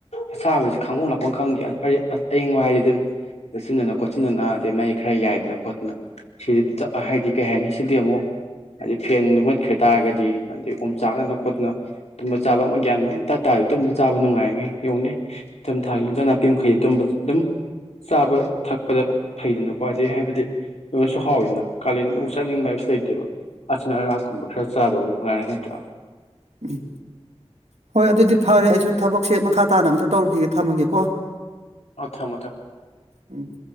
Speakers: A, on the left; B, on the right.
A: ꯑꯁꯥꯕꯁꯤ ꯈꯥꯡꯕꯝ ꯂꯥꯛꯄ ꯈꯪꯗꯦ ꯑꯌꯪꯕ ꯍꯥꯏꯗꯤ ꯑꯗꯨꯝ ꯆꯠꯁꯤꯟꯗꯅ ꯈꯣꯠꯆꯤꯟꯗꯅ ꯑꯗꯩ ꯃꯩ ꯈꯔ ꯌꯥꯏꯗꯅ ꯈꯣꯠꯇꯅ ꯁꯤꯗꯤ ꯍꯥꯏꯗꯤ ꯀꯩ ꯍꯥꯏꯅꯤ ꯁꯤꯗꯤ ꯑꯃꯨꯛ ꯍꯥꯏꯗꯤ ꯐꯦꯟꯗꯨ ꯈ꯭ꯔ ꯇꯥꯔꯒꯗꯤ ꯑꯗꯩ ꯑꯣꯝ ꯆꯥꯛꯅꯅ ꯈꯣꯠꯇꯅ ꯇꯨꯝꯕ ꯆꯥꯕ ꯑꯃ ꯒ꯭ꯟꯅꯤꯇꯥꯇꯥꯥꯔ ꯇꯨꯝꯕ ꯆꯥꯕ ꯅꯨꯡꯉꯥꯏꯔꯤꯉꯩ ꯌꯧꯅꯦ ꯏꯊ ꯊꯥꯒꯤ ꯏꯟꯖꯥꯡ ꯅꯥꯄꯤ ꯃꯈꯩ ꯇ ꯑꯗꯨꯝ ꯆꯥꯕ ꯊꯛꯄꯗ ꯐꯩꯗꯅꯀ꯭ꯋꯥ ꯑꯗꯩ ꯍꯥꯏꯕꯗꯤ ꯂꯉꯣꯟꯁꯨ ꯍꯥꯎꯋꯗꯅ ꯀꯥꯂꯦꯟꯅ ꯑꯗꯨ ꯑꯃꯨꯛ ꯆꯥꯅꯤꯡꯕ ꯍꯥꯏꯕꯁꯨ ꯂꯩꯇ ꯠꯇꯦꯕ ꯑꯅ ꯑꯔꯥꯛꯀꯨꯝꯕ ꯈꯔ ꯆꯥꯗꯧꯕ ꯉꯥꯏꯔꯦ ꯅꯠꯇ꯭ꯔꯥ
B: ꯎꯝ ꯍꯣꯏ ꯑꯗꯨ ꯑꯗꯨꯗꯤ ꯐꯔꯦ ꯑꯩꯁꯨ ꯊꯕꯛꯁꯦ ꯃꯈꯥ ꯇꯥꯅ ꯑꯝꯇ ꯇꯧꯔꯨꯈꯤꯒꯦ ꯊꯝꯃꯒꯦꯀꯣ
A: ꯑ ꯊꯝ ꯊꯝ
B: ꯎꯝ